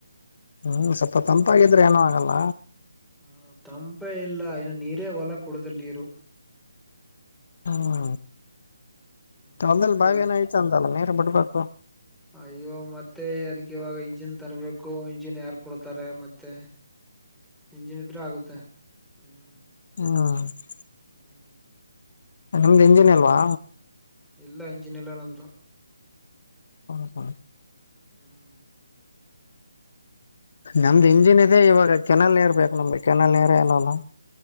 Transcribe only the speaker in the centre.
ಹ ತಂಪೆ ಇಲ್ಲ ಇನ್ನು ನೀರೇ ಹೊಲ ಕುಡುದಿಲ್ಲ ನೀರು
ಹ್ಮ್
ಅದಕ್ಕೆ
ಅಯ್ಯೋ ಮತ್ತೆ ಅದಕ್ ಇವಾಗ ಇಂಜಿನ್ ತರ್ಬೇಕು ಇಂಜಿನ್ ಯಾರ್ ಕೊಡ್ತಾರೆ ಮತ್ತೆ ಇಂಜಿನ್ ಇದ್ರೂ ಆಗುತ್ತೆ ಹ್ಮ್
ಹ್ಮ್
ಎಲ್ಲಾ ಇಂಜಿನ್ಿ ಎಲ್ಲ ನಮ್ದು
ಹ್ಮ್